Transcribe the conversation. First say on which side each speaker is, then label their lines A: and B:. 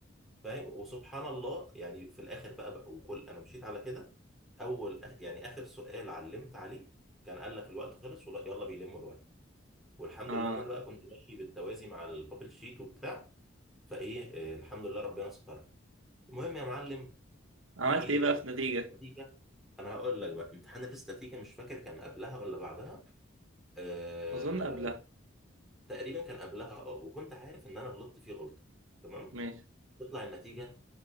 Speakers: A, in the centre; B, on the right.
A: فاهم وسبحان الله يعني في الاخر بقى بقى وكل انا مشيت على كده اول آخ- يعني اخر سؤال علمت عليه كان قال لك الوقت خلص ولا يلا بيلموا الورق والحمد
B: اه
A: لله ان انا بقى كنت ماشي بالتوازي مع البابل شيت وبتاع فايه آه، الحمد لله ربنا سترها المهم يا معلم
B: عملت
A: يجي
B: ايه بقى
A: امتحان
B: في نتيجة
A: الاستاتيكا انا هقول لك بقى امتحان الاستاتيكا مش فاكر كان قبلها ولا بعدها أه...
B: اظن قبلها
A: تقريبا كان قبلها اه وكنت عارف ان انا غلطت فيه غلطه تمام
B: ماشي
A: تطلع النتيجة